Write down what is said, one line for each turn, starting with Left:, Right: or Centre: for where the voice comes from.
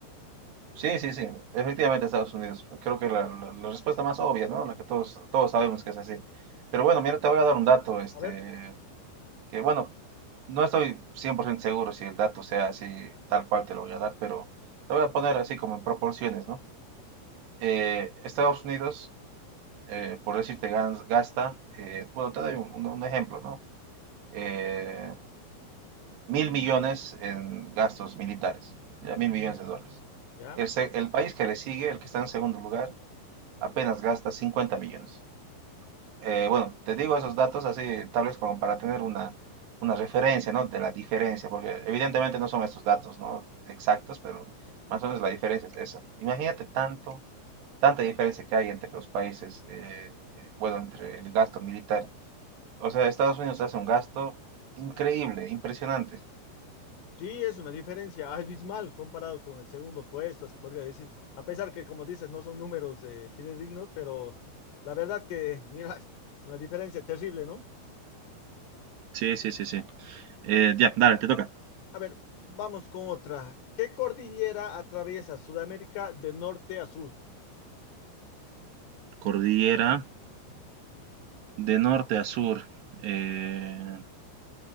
Right: Sí, sí, sí, efectivamente Estados Unidos. Creo que la, la- la respuesta más obvia, ¿no? La que todos, todos sabemos que es así. Pero bueno, mira, te voy a dar un dato, este,
Left: A ver,
Right: que bueno, no estoy 100% seguro si el dato sea así, tal cual te lo voy a dar, pero te voy a poner así como en proporciones, ¿no? Eh, Estados Unidos, eh, por decirte, gans- gasta, eh, bueno, te doy un, un- un ejemplo, ¿no? eh, mil millones en gastos militares, ya mil millones de dólares.
Left: ya.
Right: El, el país que le sigue, el que está en segundo lugar, apenas gasta cincuenta millones. Eh, bueno, te
Left: Eh,
Right: digo esos datos así, tal vez como para tener una, una referencia, ¿no? De la diferencia, porque evidentemente no son estos datos, ¿no? Exactos, pero más o menos la diferencia es esa. Imagínate tanto, tanta diferencia que hay entre los países, eh, eh, bueno, entre el gasto militar. O sea, Estados Unidos hace un gasto increíble, impresionante
Left: Sí, es una diferencia abismal comparado con el segundo puesto, se podría decir. A pesar que, como dices, no son números eh, fidedignos, pero la verdad que, mira, <laughs> una diferencia terrible, ¿no?
Right: Sí, sí, sí, sí. Eh, ya, dale, te toca.
Left: A ver, vamos con otra. ¿Qué cordillera atraviesa Sudamérica de norte a sur?
Right: Cordillera de norte a sur. Eh,